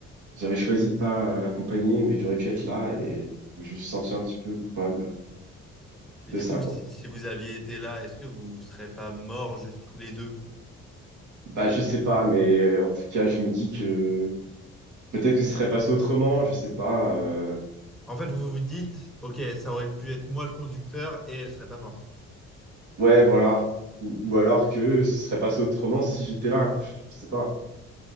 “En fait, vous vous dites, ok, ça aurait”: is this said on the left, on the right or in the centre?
Centre